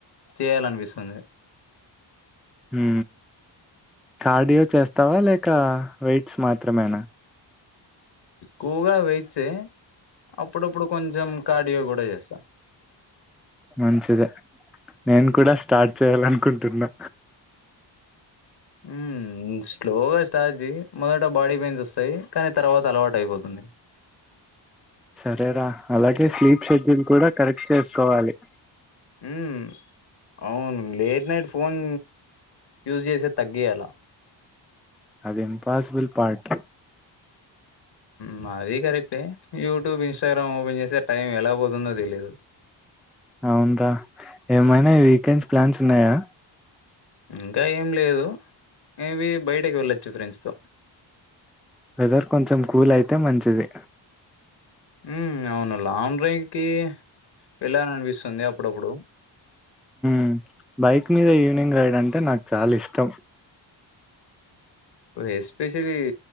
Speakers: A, on the left; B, in the centre.
A: చేయాలనిపిస్తుంది
B: ఊ కార్డియో చేస్తావా లేక వెయిట్స్ మాత్రమేనా
A: గోగ వేయిట్స్ ఏ అప్పుడప్పుడు కొంచెం కార్డియో కూడా చేస్తా.
B: మంచిదే నేను కూడా స్టార్ట్ చేయాలనుకుంటున్నా.
A: మ్ మ్ స్లోగా స్టార్జి మొదట బాడీ పెయిన్స్ వస్తాయి కానీ తర్వాత అలవాటు అయిపోతుంది.
B: సరేరా అలాగే స్లీప్ షెడ్యూల్ కూడా కరెక్ట్ చేసుకోవాలి.
A: మ్ అవును లేట్ నైట్ ఫోన్ యూజ్ చేసే తగ్గేయలా
B: అది ఇంపాసిబిల్ పార్ట్
A: మ్ అది కరెక్టే యూట్యూబ్, ఇన్స్టాగ్రామ్ ఓపెన్ చేసే టైం ఎలా పోతుందో తెలీదు.
B: అవును రా ఏమైనా వీకెండ్స్ ప్లాన్స్ ఉన్నాయా?
A: ఇంకా ఏం లేదు మేబి బయటకి వెళ్ళచ్చు ఫ్రెండ్స్ తో
B: వెదర్ కొంచెం కూల్ అయితే మంచిది.
A: మ్ అవును అలా లాంగ్డ్రైవ్కి వెళ్ళాల అనిపిస్తుంది అప్పుడప్పుడు
B: మ్ బైక్ మీద ఈవినింగ్ రైడ్ అంటే నాకు చాలా ఇష్టం.
A: ఎస్పెషలీ